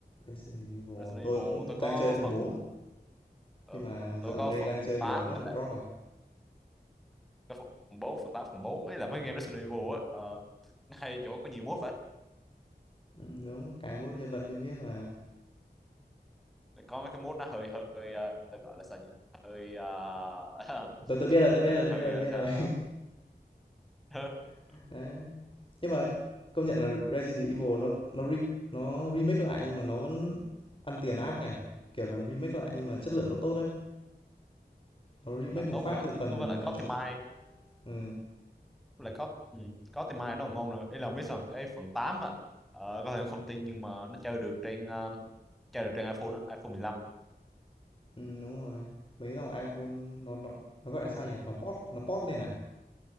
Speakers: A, on the left; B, in the centre.
A: Resident Evil
B: Resident
A: tôi
B: Evil
A: cũng
B: tôi có
A: đang chơi phần
B: phần
A: 4
B: ờ,
A: nhưng mà
B: tôi
A: dạo
B: có
A: gần đây
B: phần
A: đang chơi
B: 8
A: lười quá
B: với lại
A: drop rồi.
B: cái phần bốn phần tám phần 4 ấy là mấy game Resident Evil á ờ, nó hay chỗ có nhiều mode
A: Ừ, đúng cái mốt nhân vật nhân biết mà.
B: vậy có mấy cái mode nó hơi hơi ờ, gọi là sao nhỉ hơi ờ, <laughs>
A: Tôi tôi biết rồi, tôi biết
B: nhìn
A: rồi, biết
B: hơi
A: rồi, biết
B: ờ,
A: rồi.
B: <laughs>
A: <laughs> Đấy. Nhưng mà công nhận là Resident Evil nó nó re, nó remake lại nhưng mà nó vẫn ăn tiền ác nhỉ? Kiểu là remake lại nhưng mà chất
B: ừ.
A: lượng nó tốt đấy. Nó remake
B: làm tốt
A: một phát
B: mà
A: từ phần
B: Cứ với
A: ờ,
B: lại có tim mai
A: ừ,
B: với lại có ừ. có tim mai nó còn ngon nữa ý là không biết sao cái phần 8 á ờ, có thể không tin nhưng mà nó chơi được trên ờ, chơi được trên iPhone á iPhone 15
A: Ừm, đúng rồi. Mấy dòng iPhone nó nó nó, gọi là sao nhỉ? Nó port nó port lên à?